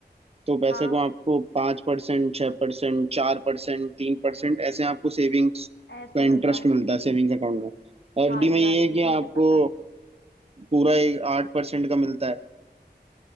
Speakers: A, on the right; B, on the left.
A: तो पैसे
B: हाँ
A: को आपको पाँच परसेंट छः परसेंट चार परसेंट तीन परसेंट ऐसे आपको सेविंग्स
B: ऐसे
A: का
B: मिलता
A: इंटरेस्ट
B: है
A: मिलता है सेविंग्स अकाउंट में एफडी
B: हाँ जी
A: में
B: हाँ
A: ये
B: जी
A: है
B: ये
A: कि
B: तो मुझे
A: आपको
B: पता है
A: पूरा एक आठ परसेंट का मिलता है